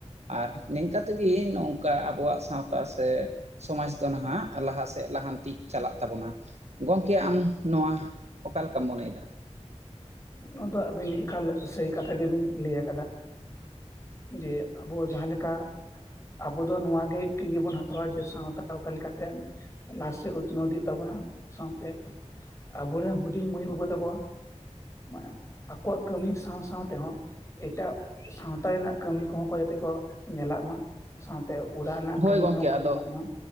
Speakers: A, on the right (about 65°); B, on the left (about 25°).
A: ᱟᱨ ᱱᱤᱝᱠᱟ ᱛᱮᱜᱮ ᱱᱚᱝᱠᱟ ᱟᱵᱚᱣᱟᱜ ᱥᱟᱶᱛᱟ ᱥᱮ ᱥᱚᱢᱟᱡᱽ ᱫᱚ ᱱᱷᱟᱜᱻᱼᱼ ᱞᱟᱦᱟ ᱥᱮᱜ ᱞᱟᱦᱟᱱᱛᱤ ᱪᱟᱞᱟᱜ ᱛᱟᱵᱚᱱᱟ, ᱜᱚᱝᱠᱮ ᱟᱢ ᱱᱚᱣᱟ ᱚᱠᱟ ᱞᱮᱠᱟᱢ ᱢᱚᱱᱮᱭᱮᱫᱟ?
B: ᱱᱚᱣᱟ ᱫᱚ ᱟᱹᱵᱤᱱ ᱮᱠᱟᱞ ᱥᱟᱹᱨᱤ ᱠᱟᱛᱷᱟ ᱜᱮᱵᱤᱱ ᱞᱟᱹᱭ ᱟᱠᱟᱫᱟ᱾ ᱡᱮ ᱟᱵᱚ ᱡᱟᱦᱟᱸ ᱞᱮᱠᱟᱼᱼ ᱟᱵᱚ ᱫᱚ ᱱᱚᱣᱟᱜᱮ ᱠᱤᱨᱭᱟᱹ ᱵᱚᱱ ᱦᱟᱛᱟᱣᱟ ᱡᱮ ᱥᱟᱶᱛᱟ ᱚᱠᱟ ᱞᱮᱠᱟᱛᱮ? ᱚᱱᱟ ᱦᱤᱥᱟᱹ ᱩᱛᱱᱟᱹᱣ ᱤᱫᱤᱜ ᱛᱟᱵᱚᱱᱟ, ᱥᱟᱶᱛᱮ ᱟᱵᱚ ᱨᱮᱱ ᱦᱩᱰᱤᱧ ᱢᱟᱹᱭᱼᱵᱟᱹᱵᱩ ᱛᱟᱠᱚᱣᱟ᱾ ᱢᱟᱱᱮ ᱟᱠᱚᱣᱟᱜ ᱠᱟᱹᱢᱤ ᱥᱟᱶᱼᱥᱟᱶ ᱛᱮᱦᱚᱸᱼᱼ ᱮᱴᱟᱜ ᱥᱟᱶᱛᱟ ᱨᱮᱱᱟᱜ ᱠᱟᱹᱢᱤ ᱠᱚᱦᱚᱸ ᱠᱚ ᱡᱟᱛᱮ ᱠᱚ ᱧᱮᱞᱟᱜ ᱢᱟ᱾ ᱥᱟᱶᱛᱮ ᱩᱲᱟᱜ ᱨᱮᱱᱟᱜ
A: ᱦᱳᱭ
B: ᱠᱟᱹᱢᱤ
A: ᱜᱚᱢᱠᱮ
B: ᱠᱚᱦᱚᱸ
A: ᱟᱫᱚ
B: ᱠᱚ ᱧᱮᱞᱟᱜ ᱢᱟ᱾